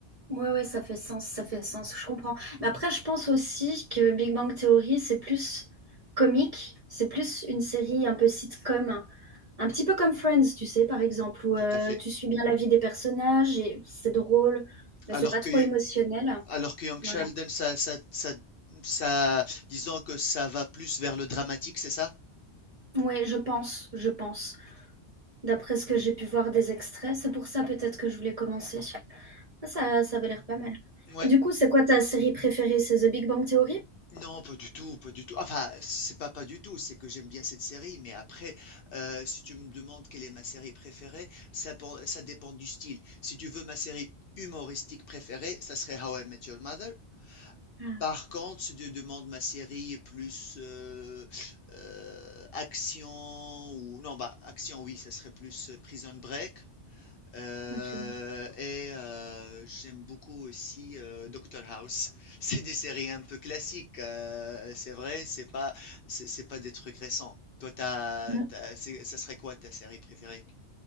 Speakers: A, on the right; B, on the left.
A: Ouais, ouais, ça fait sens, ça fait sens, je comprends. Mais après, je pense aussi que Big Bang Theory, c'est plus comique, c'est plus une série un peu sitcom, un petit peu comme Friends, tu sais, par exemple, où
B: Tout
A: euh,
B: à fait.
A: tu suis bien la vie des personnages et c'est drôle, mais
B: Alors
A: c'est pas
B: que,
A: trop émotionnel.
B: alors que Young
A: Voilà.
B: Sheldon, ça, ça, ça, ça, disons que ça va plus vers le dramatique, c'est ça?
A: Ouais, je pense, je pense. D'après ce que j'ai pu voir des extraits, c'est pour ça peut-être que je voulais commencer. Ça, ça avait l'air pas mal.
B: Ouais.
A: Du coup, c'est quoi ta série préférée? C'est The Big Bang Theory?
B: Non, pas du tout, pas du tout. Enfin, c'est pas pas du tout, c'est que j'aime bien cette série, mais après, euh, si tu me demandes quelle est ma série préférée, ça, pen- ça dépend du style. Si tu veux ma série humoristique préférée, ça serait How I Met Your Mother.
A: Ah,
B: Par contre, si tu demandes ma série est plus euh, euh, action ou non bah action oui, ça serait plus euh, Prison Break Euh,
A: génial.
B: et euh, j'aime beaucoup aussi euh, Doctor House. <laughs> C'est des séries un peu classiques, euh, c'est vrai, c'est pas c'est c'est pas des trucs récents. Toi, t'as,
A: Mm.
B: t'as- c'est- ça serait quoi ta série préférée?